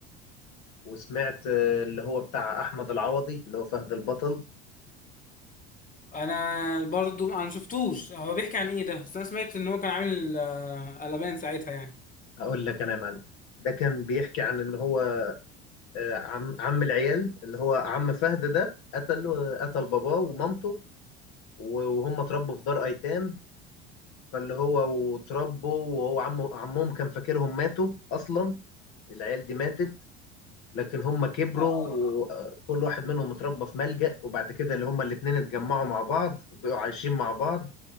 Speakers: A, on the left (about 65°); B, on the left (about 25°).
A: وسمعت آه، اللي هو بتاع احمد العوضي اللي هو فهد البطل
B: انا برضو انا شفتوش هو بيحكي عن ايه ده بس انا سمعت ان هو كان عامل آه، قلبان ساعتها يعني
A: هقول لك انا يا معلم ده كان بيحكي عن ان هو آه، عم عم العيال اللي هو عم فهد ده قتل قتل باباه ومامته و- وهم اتربوا في دار ايتام فاللي هو واتربوا وهو عمه عمهم كان فاكرهم ماتوا اصلا العيال دي ماتت لكن هم كبروا
B: اه
A: وكل واحد منهم اتربى في ملجأ وبعد كده اللي هم الاتنين اتجمعوا مع بعض وبقوا عايشين مع بعض